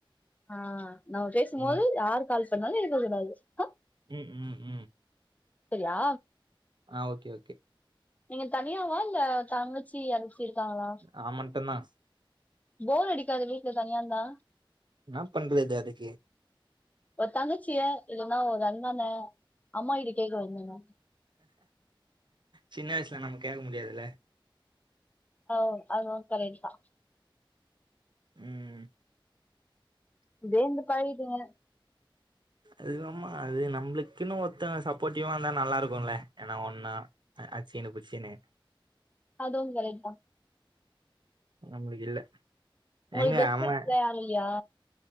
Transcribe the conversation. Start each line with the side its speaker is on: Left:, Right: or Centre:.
Left: ஆ நம்ம பேசும்போது
Right: ம்
Left: யார் கால் பண்ணாலு எடுக்க கூடாது அ
Right: உம் உம் உம்
Left: சரியா
Right: ஆ ஓகே ஓகே
Left: நீங்க தனியாவா இல்ல தங்கச்சி யாராச்சி இருக்காங்களா
Right: அவன் மட்டும்தான்
Left: போர் அடிக்காது வீட்டுல தனியார்ந்தா
Right: என்னா பண்றது அதுக்கு
Left: ஒரு தங்கச்சிய இல்லன்னா ஒ அண்ணன அம்மா கிட்ட கேக்க வேண்டியத்தா
Right: சின்ன வயசுல நம்ம கேட்க முடியாதுல்ல
Left: ஓ அதுவு கரெட் தா
Right: ம்ம்
Left: இப்டியே இர்ந்து பழகிடீங்க
Right: அதுவம்மா அது நம்மளுக் ன்னு ஒத்தங்க சப்போட்டிவா இருந்தா நல்லாருக்குல்ல ஏன்னா ஒண்ணா அச்சின்னு புச்சினு
Left: அதும் கரெட் தா
Right: நம்ளுக்கு இல்ல
Left: உங்களுக்கு
Right: எங்க
Left: பெஸ்ட்
Right: அவன்
Left: ஃப்ரெண்ட்ஸ்லா யாரு இல்லயா